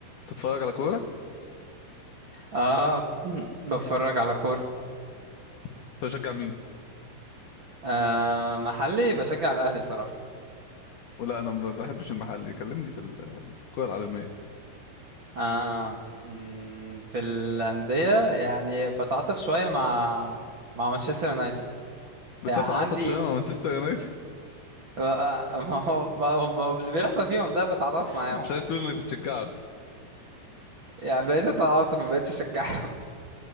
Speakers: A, on the left; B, on the right.
A: تتفرج على كوره
B: آه <clears throat> بتفرج على كورة
A: انت بتشجع مين
B: آه محلي بشجع الأهلي بصراحة
A: ولا انا ما بحبش المحلي كلمني في الكوره العالميه
B: آه مم، في الأندية يعني بتعاطف شوية مع مع مانشستر يونايتد
A: بتتعاطف
B: يعني عندي
A: شويه مع مانشستر يونايتد
B: آه، آه، <laughs> ما هو ما هو- ما هو اللي بيحصل فيهم ده بتعاطف
A: <laughs>
B: معاهم
A: مش عايز تقول انك بتشجعه
B: يعني بقيت اتعاطف ما بقيتش اشجعهم